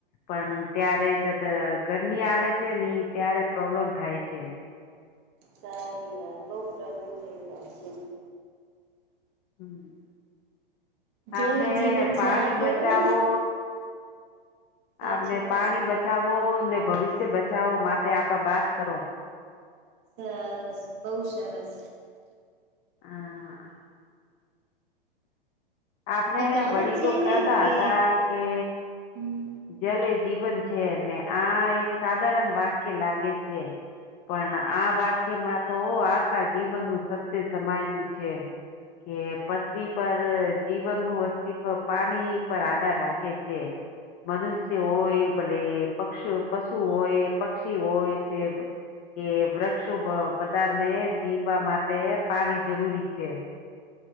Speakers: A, on the left; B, on the right.
A: પણ ત્યારે જતાં ગરમી આવે છે ને, ત્યારે પ્રોબ્લેમ થાય છે.
B: સારી વાત, લોક પ્રસન્ન થઈ જાય છે.
A: હમ, આપણે
B: જલ એ જીવન
A: પાણી
B: છે આ કેવું
A: બચાવો
B: સાચી
A: આપને પાણી
B: વાત
A: બચાવો ને ભવિષ્ય બચાવો માટે આપે વાત કરો.
B: હ, બહુ સરસ.
A: હા. આપને
B: આ કાવત
A: વડીલો
B: છે
A: કહતા
B: ને કે
A: હતા કે
B: હમ
A: જલે જીવન છે ને, આ એક સાધારણ વાક્ય લાગે છે. પણ આ વાક્યમાં તો આખા જીવનનું સત્ય સમાયેલું છે. કે પટરી પર જીવન નું અસ્તિત્વ પાણી પર આધાર રાખે છે. મનુષ્ય હોય, ભલે પક્ષી હોય, પશુ હોય, પક્ષી હોય છે. કે વૃક્ષો બધાને જીવવા માટે પાણી જરૂરી છે.